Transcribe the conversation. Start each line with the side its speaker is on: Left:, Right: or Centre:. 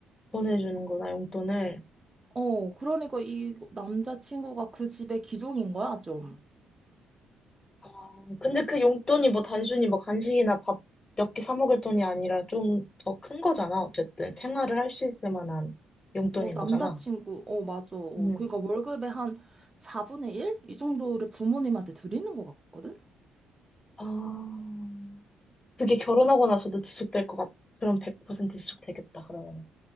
Left: 보내주는구나, 용돈을.
Right: 어, 그러니까 이 남자친구가 그 집의 기종인 거야, 좀.
Left: 어, 근데 그 용돈이 뭐 단순히 뭐 간식이나 밥 몇 개 사 먹을 돈이 아니라 좀 더 큰 거잖아. 어쨌든 생활을 할 수 있을 만한 용돈인
Right: 어, 남자친구,
Left: 거잖아.
Right: 어, 맞아. 어,
Left: 음.
Right: 그러니까 월급의 한 4분의 1? 이 정도를 부모님한테 드리는 것 같거든?
Left: 아, 그게 결혼하고 나서도 지속될 것 같, 그럼 100% 지속되겠다, 그러면.